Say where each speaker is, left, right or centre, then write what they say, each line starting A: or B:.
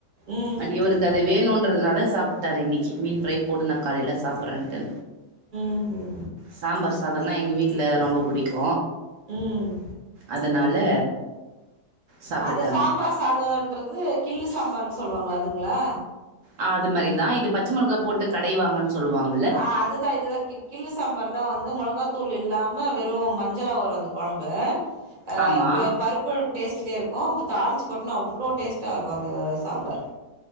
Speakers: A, on the right (about 30°); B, on the right (about 85°).
A: ம்
B: அண்ட் இவருக்கு இ அது வேணுன்றதுனால சாப்ட்டாரு இன்னைக்கி மீன் ஃப்ரை போடுனா காலையில சாப்பிட்றேண்ட்டு
A: ம் ம்
B: சாம்பார் சாதோன்னா எங்க வீட்ல ரொம்ப பிடிக்கு
A: ம்
B: அதனால சாப்பிட்டாங்க.
A: அந்த சாம்பார் சாதோன்றது கிள்ளு சாம்பார்ன்னு சொல்லுவாங்கள அதுங்களா
B: ஆ அது மாரிதா இது பச்ச மெளகா போட்டு கடை வாங்கன்னு சொல்லுவாங்க
A: ஆ அதுதா இதுதா கிள்ளு சாம்பார் தா வந்து மொளகாத்தூள் இல்லாம வெறு மஞ்சளா வரு அந்த கொழம்பு அ
B: ஆமா.
A: ப பருப்பு டேஸ்ட்லயே இருக்கு அவுங்க தாளிச்சு கொட்டுனா அவ்ளோ டேஸ்ட்டா இருக்கு அந்த சாம்பார்